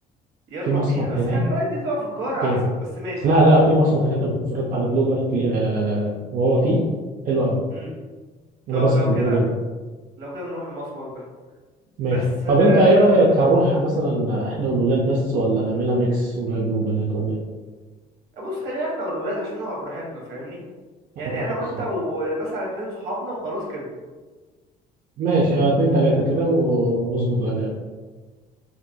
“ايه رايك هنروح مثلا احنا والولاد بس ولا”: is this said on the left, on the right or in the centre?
Right